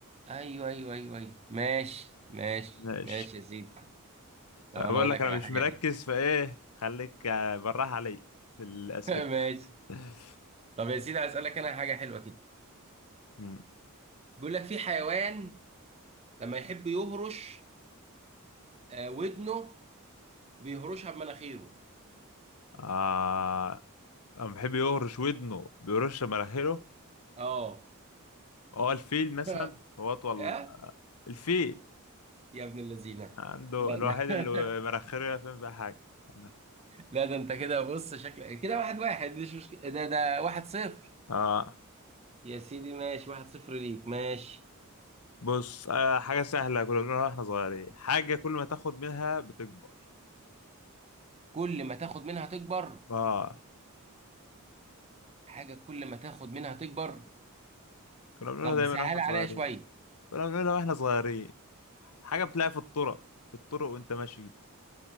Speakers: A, on the right (about 30°); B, on the left (about 80°).
A: ايوه ايوه ايوه ايوه ماشي ماشي
B: ماشي
A: ماشي يا سيدي طب
B: بقول
A: انا اقول
B: لك
A: لك
B: انا
A: على
B: مش
A: حاجه
B: مركز فايه خليك آه، براح علي في الاسئلة
A: حلوه <laughs> ماشي
B: <laughs>
A: طب يا سيدي اسالك انا حاجه حلوه كده
B: مم.
A: بيقول لك في حيوان لما يحب يهرش آه، ودنه بيهرشها بمناخيره
B: آه أما بيحب يهرش ودنه بيرش مراحله
A: اه
B: هو الفيل مثلا
A: <laughs>
B: هو أطول
A: ها
B: الفيل
A: يا ابن اللذينه
B: عنده
A: لا
B: الوحيد
A: لا <laughs>
B: اللي مراخيره يفهم بقى حاجة <laughs>
A: لا ده انت كده بص شكلك كده واحد واحد مش مشكله ده ده واحد صفر
B: آه
A: يا سيدي ماشي واحد صفر ليك ماشي
B: بص آه حاجة سهلة كنا بنقولها واحنا صغيرين حاجة كل ما تاخد منها بتكبر
A: كل ما تاخد منها تكبر
B: اه
A: حاجة كل ما تاخد منها تكبر
B: كنا بنقولها
A: طب
B: دايما
A: سهل
B: واحنا
A: عليها
B: صغيرين
A: شوية
B: كنا بنقولها واحنا صغيرين حاجة بتلاقيها في الطرق في الطرق وانت ماشي